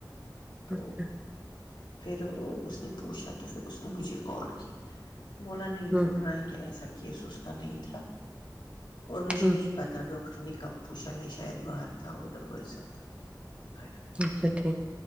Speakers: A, on the left; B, on the right.
A: تو
B: اچھا اچھا <unintelligible>
A: پھر اس نے پوچھا تو پھر اس نے مجھے کال کی بولا نہیں
B: اچھا ہ
A: بول رہا ہے کہ ایسا کیس اس کا نہیں تھا اور مجھے
B: ہ
A: نہیں پتا ڈک <unintelligible> ٹنی کا پوشا میں شاید باہر تھا ادھر بسب تھا <unintelligible> کھا
B: اچھا ٹھیک